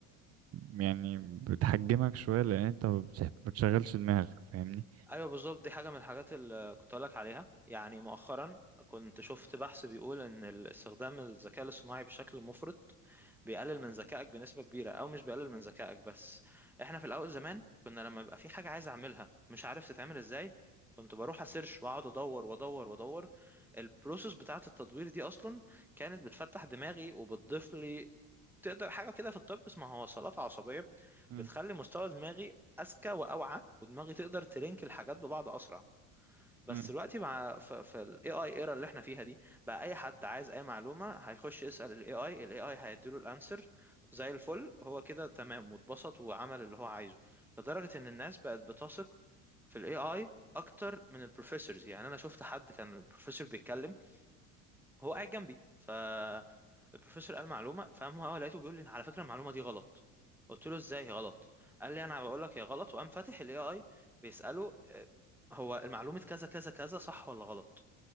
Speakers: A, on the right (about 35°); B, in the centre.
A: يعني بتحجمك شويه لان انت ما بتح- ما بتشغلش دماغك فاهمني
B: ايوه بالظبط دي حاجه من الحاجات اللي كنت اقولك عليها يعني مؤخرا كنت شفت بحث بيقول ان ال- استخدام الذكاء الاصطناعي بشكل مفرط بيقلل من ذكائك بنسبه كبيره او مش بيقلل من ذكائك بس احنا في الاول زمان كنا لما يبقى في حاجه عايز اعملها مش عارف تتعمل ازاي كنت بروح اسيرش واقعد ادور وادور وادور البروسيس بتاعه التدوير دي اصلا كانت بتفتح دماغي وبتضيف لي تقدر حاجه كده في الطب اسمها وصلات عصبيه
A: امم
B: بتخلي مستوى دماغي اذكى واوعى ودماغي تقدر تلينك الحاجات ببعض اسرع بس
A: امم
B: دلوقتي مع في, في الاي اي ايرا اللي احنا فيها دي بقى اي حد عايز اي معلومه هيخش يسال الاي اي الاي اي هيديله الانسر زي الفل هو كده تمام واتبسط وعمل اللي هو عايزه لدرجه ان الناس بقت بتثق في الاي اي اكتر من البروفيسورز يعني انا شفت حد كان البروفيسور بيتكلم هو قاعد جنبي فالبروفيسور قال معلومه فقام هو لقيته بيقول لي على فكره المعلومه دي غلط قلت له ازاي هي غلط قال لي انا بقول لك هي غلط وقام فاتح الاي اي بيساله آه، هو المعلومه كذا كذا كذا صح ولا غلط